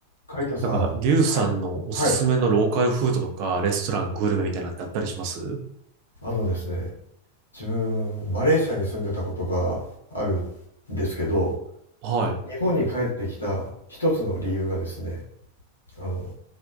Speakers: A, on the left; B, on the right.
A: カイトさん、
B: なんか、リュウさんのおすすめのローカルフードとか、
A: はい、はい、
B: レストラン、グルメみたいなのってあったりします
A: あのですね、自分、マレーシアに住んでたことがあるんですけど、
B: はい。
A: 日本に帰ってきた一つの理由がですね、あの、